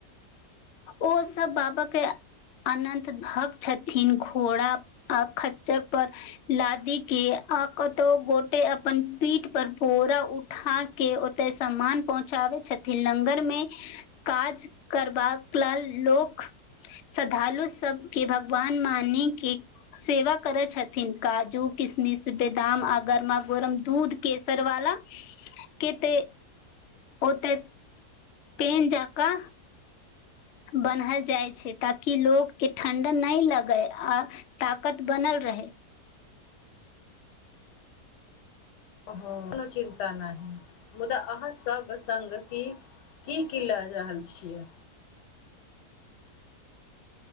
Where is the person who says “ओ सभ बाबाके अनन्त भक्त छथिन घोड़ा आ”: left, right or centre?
Left